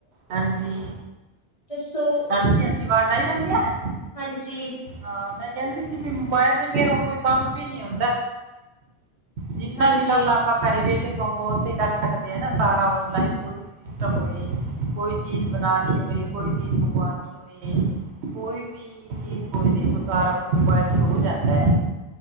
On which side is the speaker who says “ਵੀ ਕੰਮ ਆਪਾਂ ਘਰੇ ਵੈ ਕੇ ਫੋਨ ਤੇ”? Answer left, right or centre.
Right